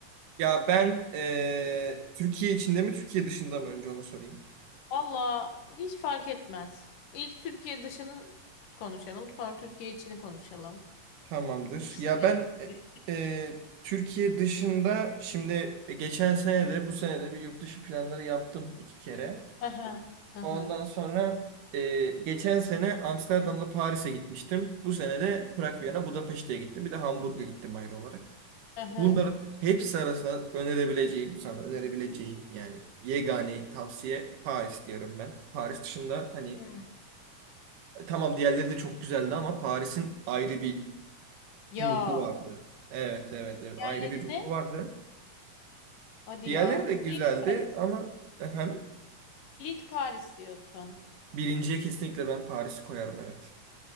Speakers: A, on the right (about 90°); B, on the left (about 85°).
A: Ya ben eee, Türkiye içinde mi Türkiye dışında mı önce onu sorayım.
B: Valla hiç fark etmez. İlk Türkiye dışını konuşalım, sonra Türkiye içini konuşalım.
A: Tamamdır.
B: İkisi
A: Ya
B: de
A: ben
B: çok.
A: e,
B: iyi.
A: e, Türkiye dışında şimdi e, geçen sene de bu sene de bir yurt dışı planları yaptım iki kere.
B: Aha. Aha.
A: Ondan sonra e, geçen sene Amsterdam'da Paris'e gitmiştim. Bu sene de Prag, Viyana, Budapeşte'ye gittim. Bir de Hamburg'a gittim ayrı olarak.
B: Aha.
A: Bunların hepsi arasında önerebileceğim, sana önerebileceğim yani yegane tavsiye Paris diyorum ben. Paris dışında hani
B: Hı.
A: E, Tamam diğerleri de çok güzeldi ama Paris'in ayrı bir
B: Ya.
A: ruhu vardı. Evet evet evet
B: Yerlerini
A: ayrı bir ruhu vardı.
B: hadi
A: Diğerleri
B: ya.
A: de güzeldi
B: İlk Paris.
A: ama efendim
B: İlk Paris diyorsun.
A: birinciye kesinlikle ben Paris'i koyarım evet.